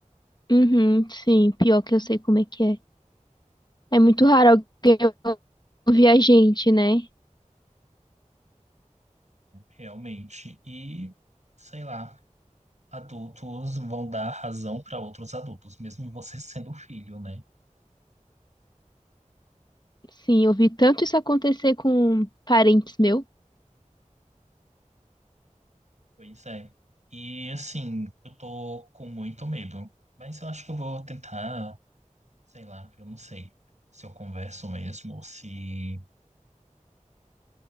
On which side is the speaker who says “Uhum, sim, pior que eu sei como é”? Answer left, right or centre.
Left